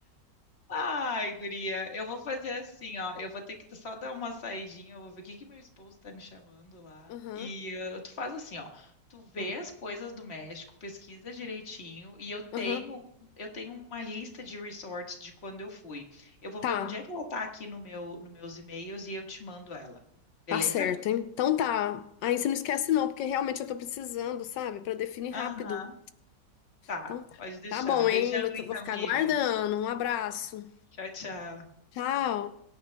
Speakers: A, on the left; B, on the left.
A: Ai, guria, eu vou fazer assim, ó. Eu vou ter que só dar uma saidinha, eu vou ver o que que meu esposo tá me chamando lá.
B: Aham,
A: E eh, tu faz assim, ó. Tu vê
B: hum,
A: as coisas do México, pesquisa direitinho, e eu tenho
B: aham,
A: eu tenho uma lista de resorts de quando eu fui. Eu vou
B: tá.
A: ver onde é que ela tá aqui no meu nos meus e-mails e eu te mando ela. Beleza?
B: Tá certo, hein? Então tá. Aí você não esquece não, porque realmente eu tô precisando, sabe? Pra definir rápido.
A: Aham, tá.
B: Então tá.
A: Pode deixar.
B: Tá bom,
A: Beijão
B: hein? Vou,
A: então,
B: vou ficar
A: Nívia.
B: aguardando. Um abraço.
A: Tchau, tchau.
B: Tchau.